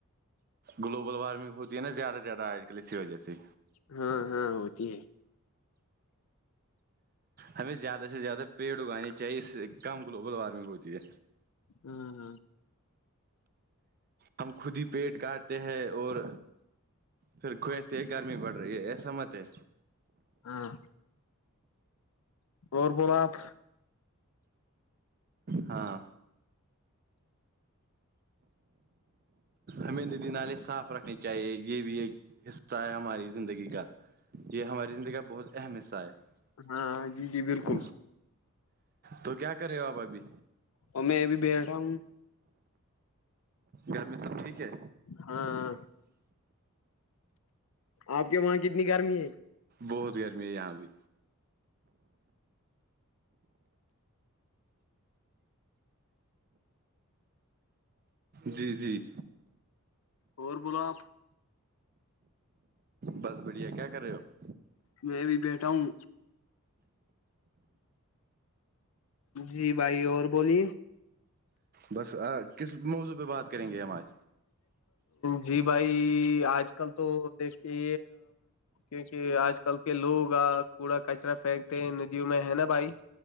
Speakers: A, on the right; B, on the left.
A: گلوبل وارمنگ ہوتی ہے نا زیادہ زیادہ آج کل اسی وجہ سے
B: ہاں ہاں ہوتی ہے
A: ہمیں زیادہ سے زیادہ پیڑ اگانے چاہیے اس سے کم گلوبل وارمنگ ہوتی ہے
B: ہوں ہوں
A: ہم خود ہی پیٹ کاٹتے ہیں اور پھر کھوئےتے گرمی پڑ رہی ہے ایسا مت ہے
B: ہاں اور بلاو آپ
A: ہاں ہمیں ندی نالے صاف رکھنے چاہیے یہ بھی ایک حصہ ہے ہماری زندگی کا یہ ہماری زندگی کا بہت اہم حصہ ہے
B: ہاں جی جی بالکل
A: تو کیا کرے ہو آپ ابھی
B: اور میں ا بھی بیٹھا ہوں
A: گھر میں سب ٹھیک ہے
B: ہاں آپ کے وہاں کتنی گرمی ہے
A: بہت گرمی ہے یہاں بھی جی جی
B: اور بولو آپ
A: بس بڑھیا کیا کر رہے ہو
B: میں بھی بیٹھا ہوں جی بھائی اور بولیے
A: بس کس موضوع پہ بات کریں گے ہم آج
B: جی بھائی آج کل تو دیکھے کیونکہ آج کل کے لوگ آ کوڑا کچرا پھینکتے ہیں ندیوں میں ہے نا بھائی